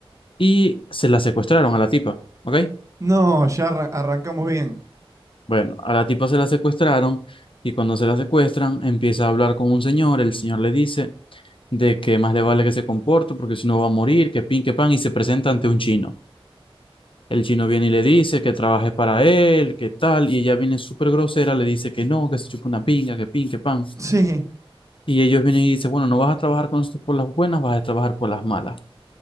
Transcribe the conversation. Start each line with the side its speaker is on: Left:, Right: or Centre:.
Left: y se la secuestraron a la tipa, ¿ok?
Right: No, ya arra- arrancamos bien.
Left: Bueno, a la tipa se la secuestraron y cuando se la secuestran empieza a hablar con un señor, el señor le dice de que más le vale que se comporte porque si no va a morir, que pin, que pan y se presenta ante un chino. El chino viene y le dice que trabaje para él, que tal, y ella viene súper grosera, le dice que no, que se chupa una pinga, que pin, que pan.
Right: Sí.
Left: Y ellos vienen y dicen, bueno, no vas a trabajar con nosotros por las buenas, vas a trabajar por las malas.